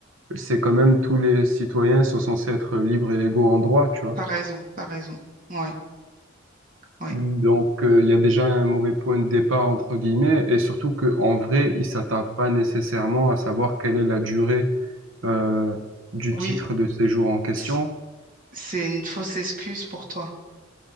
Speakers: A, on the right; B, on the right.
A: c'est quand même tous les citoyens sont censés être libres et légaux en droit, tu vois.
B: t'as raison, t'as raison. Oui, oui,
A: Donc, euh, il y a déjà un mauvais point de départ, entre guillemets, et surtout qu'en vrai, ils s'attardent pas nécessairement à savoir quelle est la durée euh, du
B: oui.
A: titre de séjour en question.
B: c- C'est une fausse excuse pour toi.